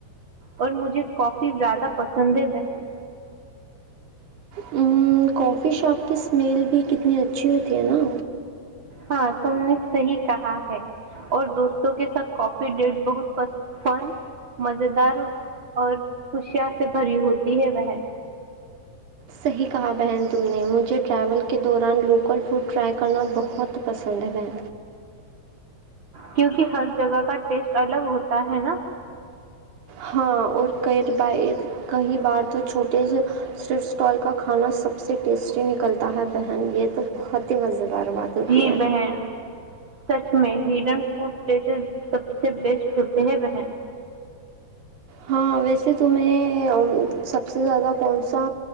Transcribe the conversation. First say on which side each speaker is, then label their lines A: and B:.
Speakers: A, on the right; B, on the right.
A: اور مجھے کافی زیادہ پسند ہے بہن
B: ام، کافی شاپ کی اسمیل بھی کتنی اچھی ہوتی ہے نا
A: ہاں تم نے صحی کہا ہے اور دوستوں کے ساتھ کافی ڈیٹ بہت فن مز دار اور خوشیا سے بھری ہوتی ہے بن
B: صحیح کہا بہن تم نے مجھے ٹریول کے دوران لوکل فوڈ ٹرائی کرنا بہت پسند ہے بہن
A: کیونکہ ہر جگہ کا ٹیسٹ الگ ہوتا ہے نا
B: ہاں اور کر ب کئی بار تو چھوٹے سےرف اسٹال کا کھانا سب سے ٹیسٹی نکلتا ہے بہن یہ تو بہت ہی مزہ بار بات ہوتی
A: جی
B: ہیں
A: بہن سچ میں ہیڈن فوڈ پلیسز سب سے بیسٹ ہوتے ہیں بہن
B: ہاں ویسے تمہیں سب سے زیادہ کون سا